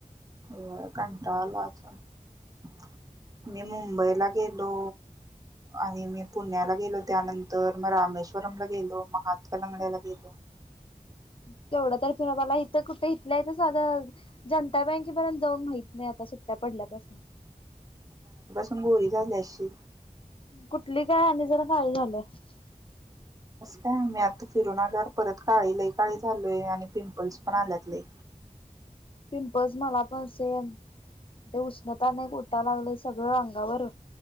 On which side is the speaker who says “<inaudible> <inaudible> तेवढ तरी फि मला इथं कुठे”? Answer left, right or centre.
Left